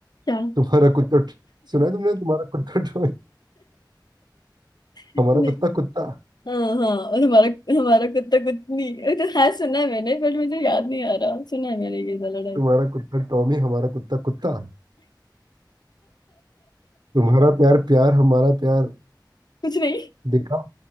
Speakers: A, on the left; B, on the right.
A: क्या <laughs>
B: तुम्हारा कुत्ता सुना है तुमने तुम्हारा कुत्ता टॉमी
A: नहीं
B: हमारा कुत्ता कुत्ता
A: हाँ हाँ और हमारा हमारा कुत्ता कुतनी ये तो है सुना है मैंने बट मुझे याद नहीं आ रहा सुना है मैंने ये वाला
B: तुम्हारा कुत्ता टॉमी हमारा कुत्ता कुत्ता तुम्हारा प्यार प्यार हमारा प्यार
A: कुछ नहीं
B: बेकार